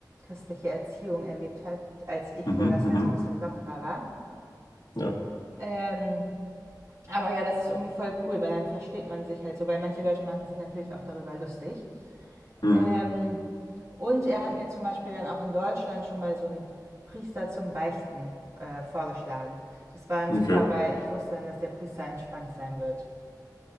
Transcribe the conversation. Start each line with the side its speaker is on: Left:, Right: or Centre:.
Right: christliche Erziehung erlebt hat, als ich,
Left: mhm,
Right: wo das
Left: mhm.
Right: halt so ein bisschen lockerer war.
Left: Ja.
Right: Ähm, aber ja, das ist irgendwie voll cool, weil dann versteht man sich halt so, weil manche Leute machen sich natürlich auch darüber lustig.
Left: Mhm,
Right: Ähm, und er hat mir zum Beispiel dann auch in Deutschland schon mal so einen Priester zum Beichten äh, vorgeschlagen. Das war dann
Left: okay.
Right: super, weil ich wusste dann, dass der Priester entspannt sein wird.